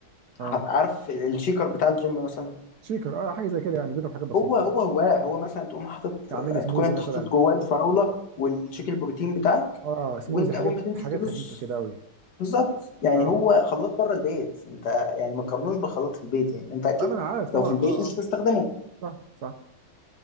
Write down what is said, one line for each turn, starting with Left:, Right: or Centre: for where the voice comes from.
Right: اه
Left: ع- عارف الشيكر بتاع الجيم مثلا
Right: شيكر اه حاجه زي كده يعني بيضرب حاجه بسيطه
Left: هو هو
Right: يعني
Left: هو هو مثلا تقوم حاطط
Right: اعمل لي سموزي
Left: تكون انت
Right: مثلا
Left: حاطط جواه الفراوله والشيك البروتين بتاعك
Right: اه سموزي
Left: وانت
Right: حاجات
Left: اول ما تنزل
Right: حاجات
Left: تدوس
Right: خفيفه كده قوي
Left: بالظبط يعني
Right: اه اه
Left: هو خلاط بره البيت انت يعني ما تقارنوش بخلاط في البيت يعني انت اكيد
Right: طبعا انا عارف طبعا
Left: لو في البيت
Right: اه
Left: مش هتستخدمه
Right: اه صح صح